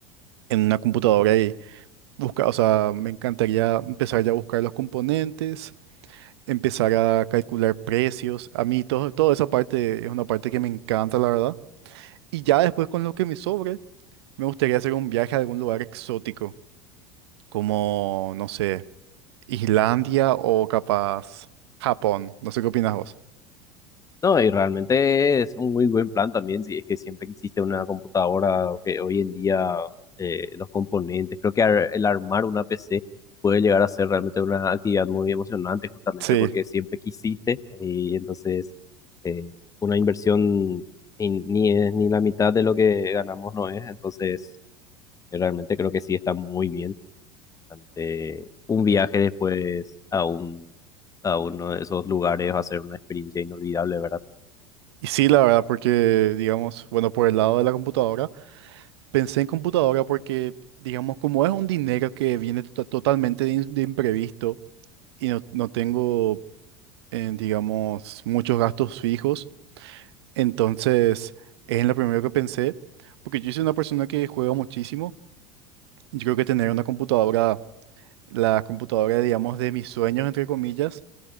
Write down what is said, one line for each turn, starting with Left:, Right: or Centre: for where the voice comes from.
Right: en una computadora y buscar, o sea, me encantaría empezar ya a buscar los componentes, empezar a calcular precios. A mí todo, toda esa parte es una parte que me encanta, la verdad. Y ya después con lo que me sobre, me gustaría hacer un viaje a algún lugar exótico, como, no sé. Islandia o capaz Japón. No sé qué opinas vos.
Left: No, y realmente es un muy buen plan también, si es que siempre quisiste una computadora, o que hoy en día eh, los componentes, creo que ar- el armar una PC puede llegar a ser realmente una actividad muy emocionante, justamente
Right: Sí.
Left: porque siempre quisiste, y entonces eh, una inversión ni ni es ni la mitad de lo que ganamos no es, entonces eh, realmente creo que sí está muy bien, realmente un viaje después a un, a uno de esos lugares va a ser una experiencia inolvidable, ¿verdad?
Right: Y sí, la verdad, porque, digamos, bueno, por el lado de la computadora, pensé en computadora porque, digamos, como es un dinero que viene to- totalmente de, in- de imprevisto y no, no tengo, eh, digamos, muchos gastos fijos, entonces es en lo primero que pensé, porque yo soy una persona que juega muchísimo. Yo creo que tener una computadora, la computadora, digamos, de mis sueños, entre comillas,